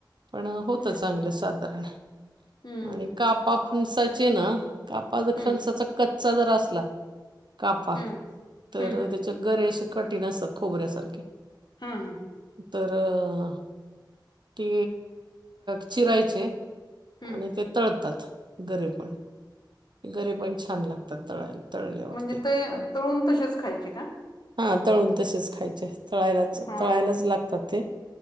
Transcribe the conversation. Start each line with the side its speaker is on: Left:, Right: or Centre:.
Right: पण होत
Left: हम्म
Right: चांगलं साधारण
Left: हम्म
Right: आणि कापा फणसाचे ना कापा ज
Left: हम्म
Right: खणसाचा कच्चा जरा असला कापा
Left: हम्म
Right: तर
Left: हम्म
Right: त्याच्या गरे अस कठीण असतात खोबऱ्यासारखे
Left: हा हा
Right: तर अ ती चिरायचे
Left: हम्म
Right: आणि ते तळतात गरे पण गरे पण छान लागतात तळायला तळल्यावर
Left: म्हणजे ते
Right: काय
Left: तळून तसेच खायचे का
Right: हा तळून तसेच खायचे तळायलाच
Left: हा
Right: तळायलाच लागतात ते